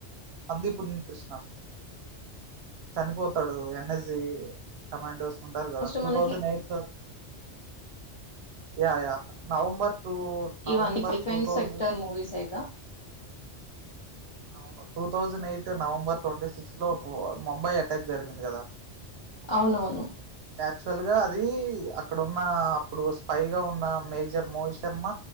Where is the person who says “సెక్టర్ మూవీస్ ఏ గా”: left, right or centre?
Left